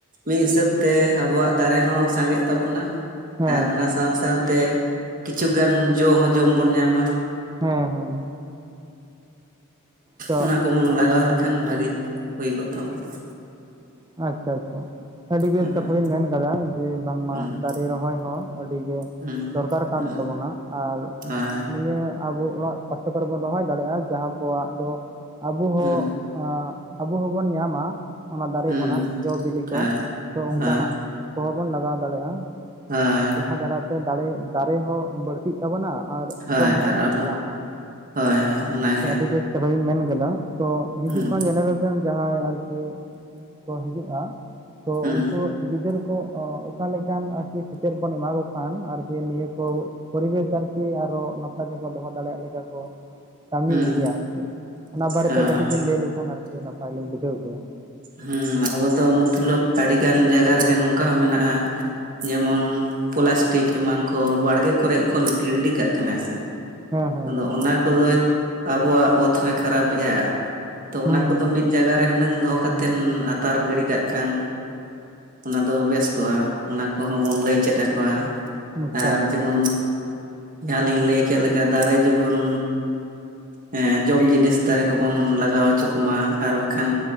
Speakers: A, on the right; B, on the right.
A: ᱢᱤᱫ ᱦᱤᱥᱟᱹᱵ ᱛᱮᱻ ᱟᱵᱚᱣᱟᱸᱜ ᱫᱟᱨᱮ ᱦᱚᱸ ᱥᱟᱸᱜᱮᱜ ᱛᱟᱵᱚᱱᱟ ᱾
B: ᱦᱮᱸ
A: ᱟᱨ ᱚᱱᱟ ᱥᱟᱶᱻᱥᱟᱶ ᱛᱮ ᱠᱤᱪᱷᱩᱜᱟᱱ ᱡᱚ ᱦᱚᱸ ᱡᱚᱢ ᱵᱚᱱ ᱧᱟᱢᱼᱟ
B: ᱦᱚᱸᱦᱚᱸ ᱛᱚ
A: ᱚᱱᱟ ᱠᱚᱵᱚᱱ ᱞᱟᱜᱟᱣ ᱞᱮᱠᱷᱟᱱ ᱵᱷᱟᱹᱜᱤ ᱦᱩᱭ ᱠᱚᱜ ᱛᱟᱵᱚᱱᱟ ᱾
B: ᱟᱪᱷᱟᱻᱟᱪᱷᱟ ᱟᱹᱰᱤ ᱵᱮᱥ
A: ᱦᱳᱭ
B: ᱠᱟᱛᱷᱟ ᱵᱮᱤᱱ ᱢᱮᱱ ᱠᱟᱫᱟ ᱡᱮ ᱵᱟᱝᱢᱟ
A: ᱦᱩᱸ
B: ᱫᱟᱨᱮ ᱨᱚᱦᱚᱭ ᱦᱚᱸ ᱟᱹᱰᱤᱜᱮᱻ
A: ᱦᱩᱸ
B: ᱫᱚᱨᱠᱟᱨ ᱠᱟᱱ
A: ᱦᱩᱸ
B: ᱛᱟᱵᱚᱱᱟ ᱟᱨ
A: ᱦᱳᱭ
B: ᱱᱤᱭᱟᱹ ᱟᱵᱚ ᱚᱲᱟᱜ ᱯᱟᱥᱮ ᱠᱚᱨᱮ ᱵᱚᱱ ᱨᱚᱦᱚᱭ ᱫᱟᱲᱮᱭᱟᱜᱼᱟ ᱡᱟᱦᱟᱸ ᱠᱚᱣᱟᱜ ᱫᱚ ᱟᱵᱚ ᱦᱚᱸᱻ
A: ᱦᱩᱸ
B: ᱟᱵᱚ ᱦᱚᱸᱵᱚᱱ ᱧᱟᱢᱟ ᱚᱱᱟ ᱫᱟᱨᱮ
A: ᱦᱩᱸ
B: ᱠᱷᱚᱱᱟᱜ ᱡᱚᱻᱵᱤᱞᱤ ᱠᱚ
A: ᱦᱳᱭ
B: ᱛᱚ ᱚᱱᱠᱟᱱᱟᱜ
A: ᱦᱳᱭ
B: ᱠᱚᱦᱚᱸ ᱵᱚᱱ ᱞᱟᱜᱟᱣ ᱫᱟᱲᱮᱭᱟᱜᱼᱟ
A: ᱦᱳᱭ
B: ᱡᱟᱦᱟᱸ ᱫᱟᱨᱟᱭᱛᱮ ᱫᱟᱲᱮ ᱫᱟᱨᱮ ᱦᱚᱸ ᱵᱟᱹᱲᱛᱤ ᱥᱤᱜ ᱛᱟᱵᱚᱱᱟ ᱟᱨ
A: ᱦᱳᱭ
B: ᱡᱚᱢ ᱦᱚᱸᱵᱚᱱ
A: ᱟᱨ ᱟᱵᱚ
B: ᱧᱟᱢᱟ
A: ᱦᱳᱭ ᱦᱳᱭ ᱚᱱᱟᱜᱮ
B: ᱟᱨᱠᱤ ᱟᱹᱰᱤ
A: ᱦᱟᱸᱜ
B: ᱠᱟᱛᱷᱟ ᱫᱚᱧ ᱢᱮᱱ ᱟᱠᱟᱫᱟ ᱛᱚ ᱦᱤᱡᱩᱜ
A: ᱦᱩᱸ
B: ᱠᱟᱱ ᱡᱮᱱᱟᱨᱮᱥᱚᱱ ᱡᱟᱦᱟᱸᱭ ᱟᱨᱠᱤ ᱠᱚ ᱦᱤᱡᱩᱜᱼᱟ ᱛᱚ
A: ᱦᱩᱸ
B: ᱩᱱᱠᱩ ᱜᱤᱫᱟᱹᱨ ᱠᱩ ᱚᱠᱟᱞᱮᱠᱟᱱ ᱟᱨᱠᱤ ᱥᱮᱪᱮᱫ ᱵᱚᱱ ᱮᱢᱟ ᱠᱚ ᱠᱷᱟᱱ ᱟᱨᱠᱤ ᱱᱤᱭᱟᱹ ᱠᱚᱻ ᱯᱚᱨᱤᱵᱮᱥ ᱟᱨᱠᱤ ᱟᱨᱚ ᱱᱟᱯᱟᱭ ᱛᱮᱠᱚ ᱫᱚᱦᱚ ᱫᱟᱲᱮᱭᱟᱜ ᱞᱮᱠᱟ ᱠᱚᱻ ᱠᱟᱹᱢᱤ
A: ᱦᱩᱸ
B: ᱤᱫᱤᱭᱟ ᱟᱨ ᱚᱱᱟ ᱵᱟᱨᱮ
A: ᱦᱳᱭ
B: ᱛᱮ ᱠᱟᱹᱴᱤᱡ ᱵᱤᱱ ᱞᱟᱹᱭ ᱞᱮᱠᱷᱟᱱ ᱟᱨᱠᱤ ᱱᱟᱯᱟᱭ ᱞᱤᱧ ᱵᱩᱡᱷᱟᱹᱣ ᱠᱮᱭᱟ ᱾
A: ᱦᱮᱸ ᱟᱵᱚ ᱫᱚ ᱢᱚᱛᱞᱚᱵ ᱟᱹᱰᱤᱜᱟᱱ ᱡᱟᱭᱜᱟ ᱨᱮᱜᱮ ᱱᱚᱝᱠᱟ ᱦᱚᱸ ᱢᱮᱱᱟᱜᱼᱟ ᱡᱮᱢᱚᱱ ᱯᱞᱟᱥᱴᱤᱠ ᱮᱢᱟᱱ ᱠᱚ ᱵᱟᱲᱜᱮ ᱠᱚᱨᱮ ᱠᱚ ᱜᱤᱰᱤ ᱠᱟᱜ ᱠᱟᱱᱟ ᱥᱮᱻ
B: ᱦᱮᱸ ᱦᱮᱸ
A: ᱟᱫᱚ ᱚᱱᱟ ᱠᱚᱫᱚᱭ ᱟᱵᱚᱣᱟᱜ ᱚᱛ ᱦᱚᱭ ᱠᱷᱟᱨᱟᱯ ᱮᱭᱟᱭ ᱾ ᱛᱚ
B: ᱦᱮᱸ
A: ᱚᱱᱟ ᱠᱚᱫᱚ
B: ᱦᱮᱸ
A: ᱢᱤᱫ ᱡᱟᱭᱜᱟ ᱨᱮ ᱦᱩᱱᱟᱹᱝ ᱫᱚᱦᱚ ᱠᱟᱛᱮ ᱛᱮ ᱟᱛᱟᱨ ᱜᱤᱰᱤ ᱠᱟᱜ ᱠᱷᱟᱱ ᱚᱱᱟ ᱫᱚ ᱵᱮᱥ ᱠᱚᱜᱼᱟ ᱚᱱᱟ ᱠᱚᱦᱚᱸ ᱵᱚᱱ ᱞᱟᱹᱭ ᱪᱮᱫ ᱟᱠᱚᱣᱟ
B: ᱟᱪᱪᱷᱟ
A: ᱟᱨ ᱡᱮᱢᱚᱱ ᱡᱟᱦᱟᱸ ᱞᱤᱧᱸ ᱞᱟᱹᱭ ᱠᱮᱫ ᱞᱮᱠᱟ ᱫᱟᱨᱮ ᱡᱩᱜᱟᱱ ᱦᱮᱸ ᱡᱚᱢ ᱡᱤᱱᱤᱥ ᱫᱟᱨᱮ ᱠᱚᱵᱚᱱ ᱞᱟᱜᱟᱣ ᱦᱚᱪᱚ ᱠᱚᱢᱟ ᱟᱨ ᱵᱟᱸᱠᱷᱟᱱ